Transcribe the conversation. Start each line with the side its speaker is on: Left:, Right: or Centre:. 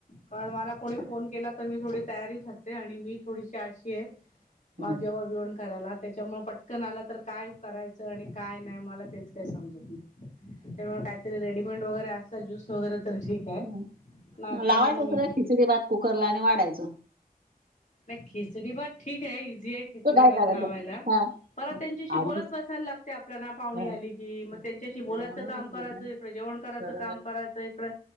Left: कारण मला कोणी फोन केला तर मी थोडी तयारी करते आणि मी थोडीशी आळशी आहे.
Right: हम्म,
Left: मग जेव्हा बिवण करायला त्याच्यामुळे पटकन आलं तर काय करायचं आणि काय नाही मला तेच. ते समजत नाही त्यामुळे काहीतरी रेडीमेड असतात ज्यूस वगैरे तर ठीक. आहे
Right: हम,
Left: नाही
Right: लावायचं
Left: तर मग मी
Right: सगळं खिचडी भात कुकरला आणि वाढायच.
Left: नाही खिचडी भात ठीक आहे इझी आहे खिचडी
Right: तो काय
Left: भात
Right: करायचं
Left: लावायला.
Right: हा
Left: परत
Right: मग
Left: त्यांच्याशी
Right: अगदीच
Left: बोलत बसायला लागत. ते आपल्या ना पाहुणी
Right: हा,
Left: आली मग
Right: हा.
Left: त्यांच्याशी
Right: नाही
Left: बोलायचं
Right: म्हणूनच
Left: काम
Right: बोलते
Left: करायचं इकडं जेवण करायचं
Right: तर
Left: काम करायचं इकडं.